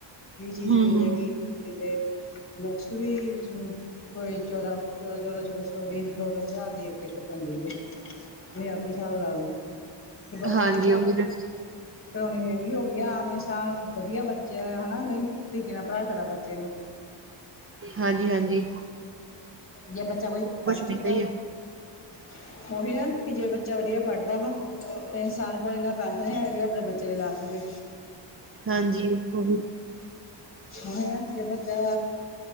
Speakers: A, on the left; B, on the right.
A: ਕੀ ਚੀਜ
B: ਹੂੰ-ਹੂੰ
A: ਖਰੀਦੇ ਕੀ ਖਰੀਦੇ ਬੁਕਸ ਵੀ ਜੀ ਕੋਈ ਚੋਦਾ ਚੋਦਾ ਚੋਦਾ ਚੋ ਸੋ ਦੀ ਦੋ ਦੋ ਹਜਾਰ ਦੀ ਇੱਕ ਇੱਕ ਪੈਂਦੀ ਜੇ। ਤੁਸੀ ਆਪੀ ਸਾਬ ਲਾ ਲਾ ਕੇ ਬੱਚਿਆਂ
B: ਹਾਂਜੀ
A: ਦੀ ਪੜਾਈ
B: ਉਹੀ ਤੇ
A: ਪੜੋਨੀ ਮਹੇੰਗੀ ਹੋ ਗਈ ਆ ਆਗਲੇ ਸਾਲ ਵਧੀਆ ਬੱਚੇ ਹਨਾ ਨਯੀ ਤੀਕੇ ਨਾਲ ਪੜਾ ਸਕਦਾ ਬੱਚੇ ਨੂੰ।
B: ਹਾਂਜੀ ਹਾਂਜੀ।
A: ਯਾ ਬੱਚਾ ਕੋਈ <unintelligible>
B: ਮਹਿੰਗਾ ਹੀ ਹੈ
A: ਓਹੀ ਨਾ ਕਿ ਜੇ ਬੱਚਾ ਵਧੀਆ ਪੜਦਾ ਵਾ। ਤੇ ਇਨਸਾਨ ਕੋਲ ਇੰਨਾ ਪੈਹਾ ਨੀ ਹੈਗਾ ਜੋ ਅਪਨੇ ਬੱਚੇ ਤੇ ਲਾ ਸਕੇ। <inaudible>
B: ਹਾਂਜੀ। ਉਹੀ
A: ਓਹੀ ਨਾ ਜੇ ਬੱਚਾ